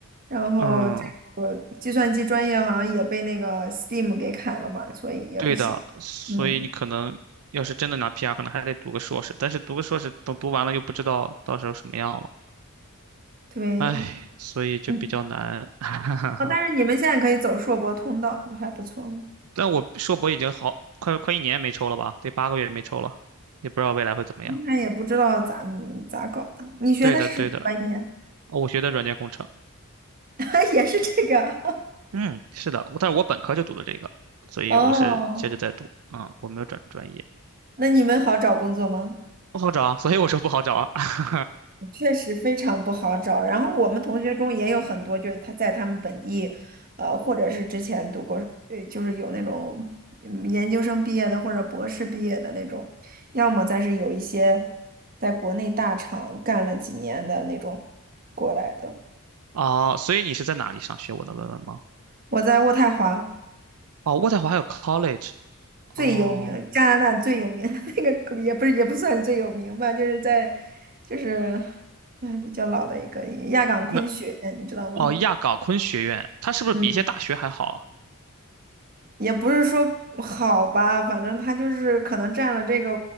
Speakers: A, on the right (about 40°); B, on the right (about 75°).
A: 然后这个计算机专业好像也被那个
B: 嗯，
A: Steam 给砍了嘛，所以也不行。
B: 对的，所以你可能要是真的拿
A: 嗯，
B: PR，可能还得读个硕士，但是读个硕士等读完了又不知道到时候什么样了，
A: 对，
B: 唉，所以就比较难。
A: 嗯，
B: <laughs>
A: 啊，但是你们现在可以走硕博通道，就还不错。
B: 但我硕博已经好快快一年没抽了吧，得八个月没抽了，也不知道未来会怎么样。
A: 他也不知道咋嗯咋搞的。你学的是什么专业？
B: 对的，对的。哦我学的软件工程，
A: <laughs> 也是这个。
B: 嗯，是的，但是我本科就读的这个，所以我是接着在读，
A: <laughs> 哦，
B: 嗯，我没有转专业，
A: 那你们好找工作吗？
B: 不好找啊，所以我说不好找啊，<laughs>
A: 确实非常不好找。然后我们同学中也有很多，就是他在他们本地，呃，或者是之前读过，对，就是有那种嗯研究生毕业的或者博士毕业的那种，要么再是有一些在国内大厂干了几年的那种过来的。
B: 哦，所以你是在哪里上学？我能问问吗？
A: 我在渥太华
B: 哦，渥太华还有 college，哦，
A: 最有名，加拿大最有名的 <laughs> 那个也不是也不算最有名吧，就是在就是哎比较老的一个亚岗昆学院你知道吗？
B: 那哦亚冈昆学院，它是不是比一些大学还好啊
A: 嗯，也不是说好吧，反正他就是可能占了这个，